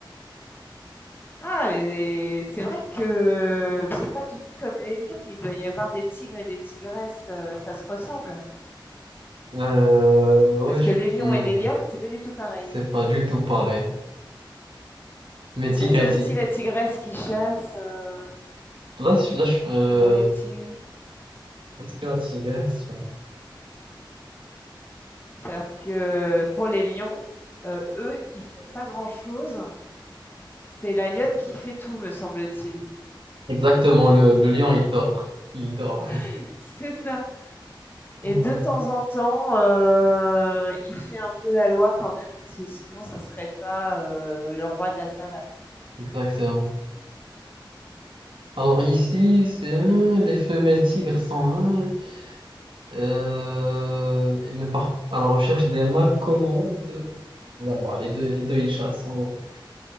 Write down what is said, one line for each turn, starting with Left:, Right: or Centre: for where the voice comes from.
Left: Ah, mais c'est vrai que c'est pas du tout comme les lions. Il doit y avoir des tigres et des tigresses, euh, ça se ressemble.
Right: Euh, ouais,
Left: Parce
Right: je-
Left: que les lions
Right: hmm,
Left: et les lionnes, c'est pas du tout pareil.
Right: c'est pas du tout pareil. Mais
Left: Est-ce
Right: tigresse,
Left: que c'est aussi
Right: il-
Left: la tigresse qui chasse euh,
Right: là, je- là, je- euh,
Left: pour les tigres?
Right: parce que la tigresse,
Left: Parce que pour les lions, euh, eux, ils font pas grand-chose. C'est la lionne qui fait tout, me semble-t-il.
Right: Exactement, le, le lion, il dort. Il dort.
Left: <laughs> C'est ça. Et
Right: <laughs>
Left: de temps en temps, euh, il fait un peu la loi quand même, parce que sinon, ça serait pas euh, le roi de la savane.
Right: Exactement. Alors ici, c'est hein, les femelles tigres sont hein, euh, et ne partent à la recherche des mâles qu'au moment de... Bon, bah, les deux, les deux, ils chassent, en gros.